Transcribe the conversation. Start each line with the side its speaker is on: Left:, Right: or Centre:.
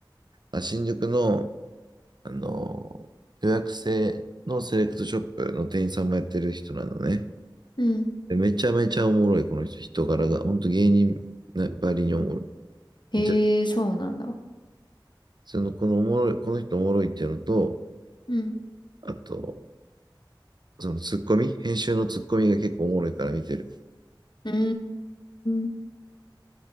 Right: あ、新宿のあの、予約制のセレクトショップの店員さんもやってる人なのね。
Left: うん。
Right: で、めちゃめちゃおもろい、この人、人柄が。ほんと芸人なばりにおもろい。
Left: へえ、
Right: めちゃ、
Left: そうなんだ。
Right: その、このおもろい、この人おもろいっていうのと、
Left: うん。
Right: あと、そのツッコミ、編集のツッコミが結構おもろいから見てる。
Left: うーん。